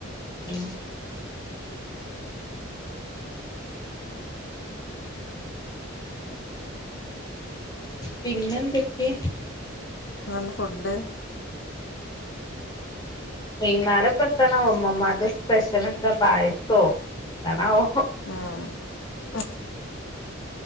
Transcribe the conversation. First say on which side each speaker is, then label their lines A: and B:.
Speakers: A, on the left (about 20°); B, on the left (about 65°).
A: ഉം പിന്നെ എന്തെക്കെ
B: എന്നാണ് ഫുഡ്
A: വൈന്നാരം ഇപ്പം എത്താണാവോ ഇമ്മമ്മാന്റെ സ്പെഷൽ ഉണ്ട് പായസോ എത്താണാവോ
B: ആ അ